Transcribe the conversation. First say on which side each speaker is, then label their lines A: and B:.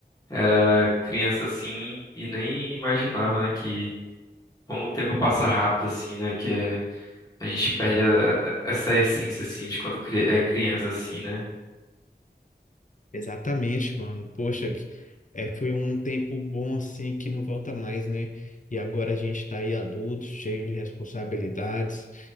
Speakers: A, on the left (about 20°); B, on the left (about 45°).
A: Era criança assim e nem imaginava, né, que como o tempo passa rápido assim, né, que é- a gente perde a- a- essa essência assim de quando cri- é criança assim, né?
B: Exatamente, mano. Poxa, que- é, foi um tempo bom assim que não volta mais, né? E agora a gente tá aí adulto, cheio de responsabilidades.